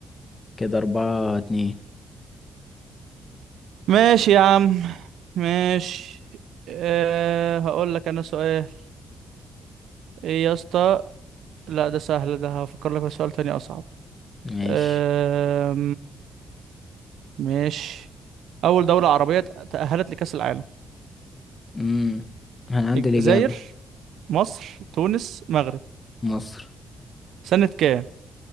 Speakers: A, on the left; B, on the right.
A: كده اربعة اتنين
B: ماشي يا عم ماشي أه هقول لك أنا سؤال إيه يا اسطى لا ده سهل ده هفكر لك في سؤال تاني أصعب
A: ماشي
B: أه ماشي أول دولة عربية تأهلت لكأس العالم
A: امم انا عندي
B: الجزائر
A: الاجابة
B: مصر تونس مغرب
A: مصر
B: سنة كام